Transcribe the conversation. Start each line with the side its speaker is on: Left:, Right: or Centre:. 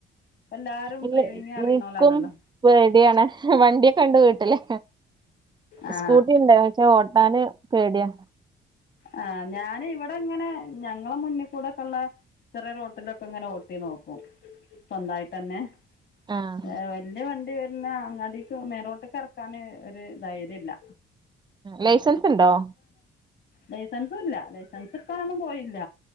Left: ഇപ്പം എല്ലാവരും
Right: ഇല്ല
Left: ഡ്രൈവിംഗ് അറിയുന്നോലാണല്ലോ
Right: എനിക്കും പടിയാണ് വണ്ടിയൊക്കെ എണ്ട് വീട്ടില്
Left: ആ
Right: സ്കൂട്ടി ഇണ്ട് പക്ഷെ ഓട്ടാന് പേടിയാ
Left: ആ ഞാന് ഇവിടെ ഇങ്ങനെ ഞങ്ങളെ മുന്നികൂടെക്കെ എള്ള ചെറിയറോട്ടിലൊക്കെ ഇങ്ങനെ ഓട്ടി നോക്കും സ്വന്തായിട്ടന്നെ
Right: ആഹ്
Left: ഏ വല്യ വ ണ്ടി വരുന്ന അങ്ങാടിക്ക് മെയിൻറോട്ടിക്കെറക്കാന് ഒരു ധൈര്യല്ല
Right: ലൈസൻസ് ഇണ്ടോ
Left: ലൈസൻസു ഇല്ല ലൈസൻസ് എടുക്കാനൊന്നും പോയില്ല